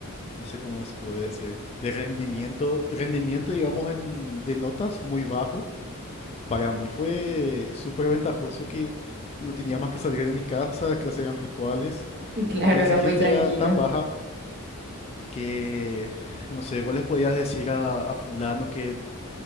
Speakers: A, on the left; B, on the right.
A: no sé cómo se puede decir, de rendimiento, rendimiento digamos en, de notas muy bajo. Para mí fue súper ventajoso que no tenía más que salir de mi casa, las clases eran virtuales.
B: Y Claro,
A: La exigencia
B: era muy tranquilo.
A: era tan baja que, no sé, vos les podías decir a, a fulano que,